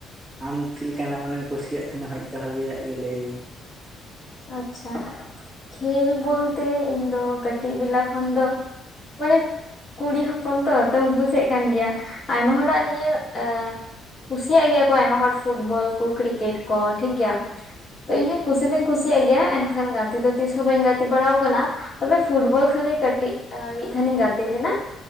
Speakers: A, on the right; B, on the left.
A: ᱟᱢ ᱪᱮᱜ ᱞᱮᱠᱟᱱᱟᱜ ᱢᱟᱱᱮᱢ ᱠᱩᱥᱤᱭᱟᱜ ᱛᱟᱦᱮᱸᱱᱟ ᱵᱷᱟᱹᱜᱤᱭᱟᱜ ᱜᱮ ᱞᱟᱹᱭ ᱢᱮ?
B: ᱟᱪᱪᱷᱟ, ᱠᱷᱮᱞ ᱵᱚᱞᱛᱮ ᱤᱧ ᱫᱚ ᱠᱟᱹᱴᱤᱡ ᱵᱮᱞᱟ ᱠᱷᱚᱱ ᱫᱚ ᱢᱟᱱᱮ ᱠᱩᱲᱤ ᱦᱚᱯᱚᱱ ᱛᱚ ᱛᱚᱢ ᱵᱩᱡᱽ ᱮᱜ ᱠᱟᱱ ᱜᱮᱭᱟ ᱟᱭᱢᱟ ᱦᱚᱲᱟᱜ ᱱᱤᱭᱟᱹ, ᱟᱸ ᱠᱩᱥᱤᱭᱟᱜ ᱜᱮᱭᱟ ᱠᱚ ᱟᱭᱢᱟ ᱦᱚᱲ, ᱯᱷᱩᱴᱵᱚᱞ ᱠᱚ ᱠᱨᱤᱠᱮᱴ ᱠᱚ ᱴᱷᱤᱠ ᱜᱮᱭᱟ ᱛᱚ ᱤᱧᱦᱚᱸ ᱠᱩᱥᱤ ᱫᱩᱧ ᱠᱩᱥᱤᱭᱟᱜ ᱜᱮᱭᱟ, ᱮᱱᱠᱷᱟᱱ ᱜᱟᱛᱮ ᱫᱚ ᱛᱤᱥᱦᱚᱸ ᱵᱟᱹᱧ ᱜᱟᱛᱮ ᱵᱟᱲᱟᱣ ᱠᱟᱱᱟ ᱾ ᱛᱚᱵᱮ ᱯᱷᱩᱴᱵᱚᱞ ᱠᱷᱟᱹᱞᱤ ᱠᱟᱹᱴᱤᱡ ᱢᱤᱫ ᱫᱷᱟᱱᱤᱧ ᱜᱟᱛᱮ ᱞᱮᱱᱟ ᱾